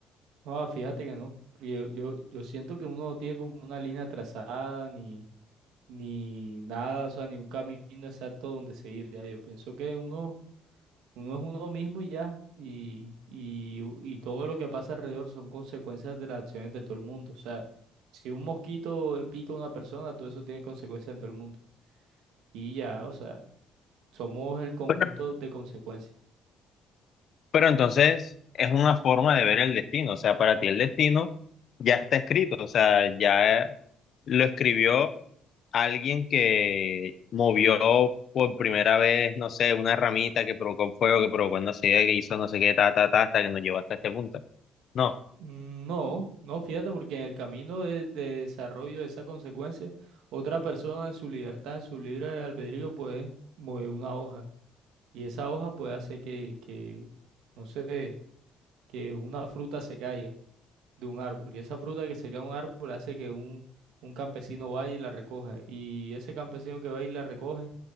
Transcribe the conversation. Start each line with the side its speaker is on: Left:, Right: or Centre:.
Right: No, fíjate que no. porque Yo, yo, yo siento que uno no tiene como una línea trazada, ni, ni nada, o sea, ni un camino exacto donde seguir, ya. Yo pienso que uno Uno es uno mismo y ya. Y, y, y todo lo que pasa alrededor son consecuencias de las acciones de todo el mundo. O sea, si un mosquito le pica a una persona, todo eso tiene consecuencias en todo el mundo. Y ya, o sea, somos el conjunto
Left: Pero,
Right: de consecuencias.
Left: pero entonces es una forma de ver el destino, o sea, para ti el destino ya está escrito, o sea, ya lo escribió alguien que movió por primera vez, no sé, una ramita que provocó fuego, que provocó no sé qué, que hizo no sé qué, ta, ta, ta, hasta que nos llevó hasta este punto. No.
Right: Mm, No, no, fíjate, porque en el camino de, de desarrollo de esa consecuencia, otra persona en su libertad, en su libre albedrío, puede mover una hoja. Y esa hoja puede hacer que, que, no sé, que una fruta se caiga. de un árbol. Y esa fruta que se cae de un árbol hace que un, un campesino vaya y la recoja. Y ese campesino que va y la recoge,